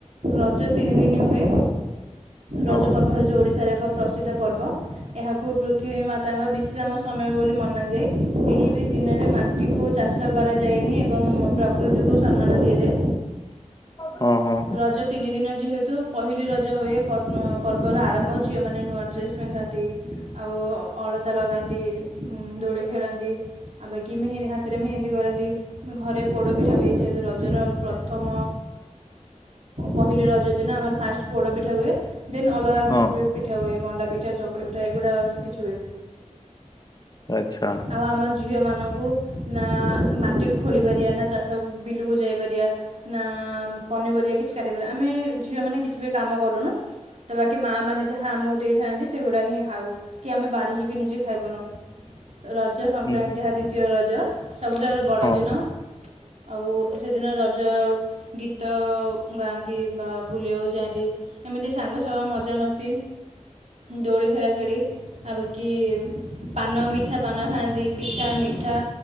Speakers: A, on the right; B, on the left.
A: ରଜ ତିନି ଦିନ ହୁଏ ରଜ
B: ହଁ
A: ପର୍ବ ହଉ ଯୋ ଓଡିଶାର ଏକ ପ୍ରସିଦ୍ଧ ପର୍ବ ଏହାକୁ ପୃଥିବୀ ମାତାଙ୍କ ବିଶ୍ରାମ ସମୟ ବୋଲି ମନାଯାଏ ଏହି ଦିନରେ ଟିକୁ ଚାଷ କରାଯାଏ। ଯାଏନି ଏବଂ ପ୍ରକୃତିକୁ ସମ୍ମାନ ଦିଆଯାଏ।
B: ହଁ ହଁ
A: ରଜ ତିନି ଦିନ ଯେହେତୁ ପହିଲି ରଜ ହୁଏ। ପର୍ବର ଆରମ୍ଭ ଝିଅ ମାନେ ନୂଆ ଡ୍ରେସ୍ସ ପିନ୍ଧନ୍ତି ଆଉ ଅଳତା ଲଗାନ୍ତି ଦୋଳି ଖେଳନ୍ତି ଆଉପ <unintelligible> କିି ମେହେନ୍ଦୀ ହାତରେ ମେହେନ୍ଦୀ କରନ୍ତି ଘରେ ପୋଡ଼ପିଠା ହୁଏ ଯେହେତୁ ରଜର ପ୍ରଥମ ପହିଲି ରଜ ଦିନ ଆମର ଫାଷ୍ଟ ପୋଡ ପିଠା ହୁଏ ଦେନ୍ ଅଲଗା କିଛି
B: ହଁ
A: ପିଠା ହୁଏ ମଣ୍ଡା ପିଠା ଚକୁଳି ପିଠା ଏଗୁଡ଼ା କିଛି ହୁଏ
B: ଆଛା
A: ଆଉ ଆମ ଝିଅମାନଙ୍କୁ ନା ମାଟି ଖୋଳି ପାରିବା ନା ଚାଷ ବିଲକୁ ଯାଇପାରିବା ନା ପନିପରିବା କିଛି କାଟି ପାରିବାନି, ଆମେ ଝିଅ ମାନେ କିଛି ବି କାମ କରୁନି। ତ ବାକି ମା ମାନେ ଯାହା ଆମକୁ ଦେଇଥାନ୍ତି, ସେଗୁଡ଼ାହିଁ ଖାଉ। କି ଆମେ ବାଢିକି। ବି ନିଜେ ଖାଇବୁନୁ ରଜ ସଂକ୍ରାନ୍ତି
B: ହୁଁ ହୁଁ
A: ଯାହା ଦ୍ୱିତୀୟ ରଜ ସବୁଠାରୁ ବଡ଼
B: ହଁ
A: ଦିନ, ଆଉ ସେ ଦିନ ରଜ ଯ ଗୀତ ଗାଆନ୍ତି ବା ବୁଲିବାକୁ ଯାଆନ୍ତି ଏମିତି ସାଙ୍ଗସହ ମଜାମସ୍ତି ଦୋଳି ଖେଳା ଖେଳି ଆ ବା କି ପାନ ମିଠା ପାନ ଖାଆନ୍ତି ପି ମିଠା ମିଠା